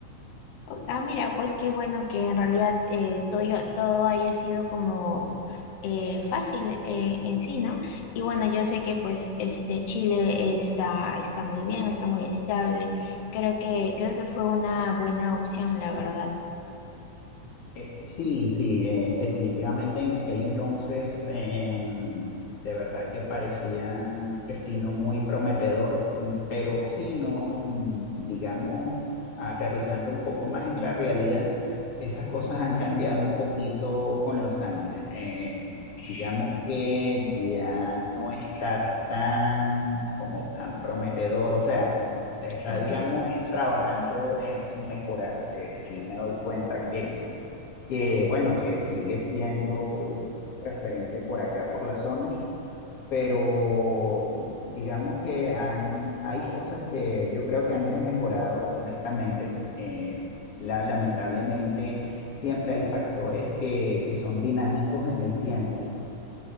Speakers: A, on the left (about 75°); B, on the left (about 55°).
A: O- Ah, mira, pues qué bueno que en realidad eh, todo, yo- todo haya sido como eh, fácil eh, en sí, ¿no? Y bueno, yo sé que pues este Chile está, está muy bien, está muy estable. Creo que, creo que fue una buena opción, la verdad.
B: Eh, sí, sí, eh, definitivamente en aquel entonces, eh, em, de verdad que parecía un destino muy prometedor, pero sí, no, mm, digamos, aterrizando un poco más en la realidad, esas cosas han cambiado un poquito con los años. Eh, digamos que ya no está tan, como tan prometedor, o sea, te está,
A: Ah.
B: digamos, trabajando en, en mejorar. Eh, sí, me doy cuenta que bueno, que sigue siendo un referente por acá, por la zona, pero digamos que han- hay cosas que yo creo que han desmejorado, honestamente. Eh, la- lamentablemente, siempre hay factores que, que son dinámicos en el tiempo.